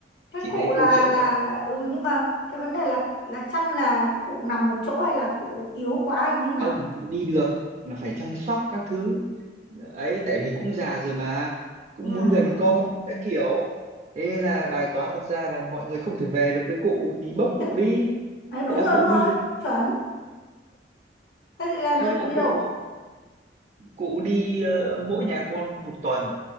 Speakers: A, on the left; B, on the right.
A: Thế
B: chỉ
A: cụ
B: thấy câu
A: là
B: chuyện
A: là ừ nhưng mà cái vấn đề là là chăm là cụ nằm một chỗ hay là cụ yếu quá hay như nào?
B: không cũng đi được là phải chăm sóc các thứ ấy tại vì cũng già rồi mà cũng
A: Ừm.
B: muốn gần con các kiểu thế là bài toán đặt ra là mọi người không thể về được với cụ thì bốc cụ
A: Thế,
B: đi
A: đấy, đúng
B: thế là
A: rồi
B: cụ
A: đúng rồi,
B: đi được
A: chuẩn. Thế thì là
B: thế
A: đưa cụ
B: là
A: đi
B: cụ
A: đâu?
B: cụ đi ờ, mỗi nhà con một tuần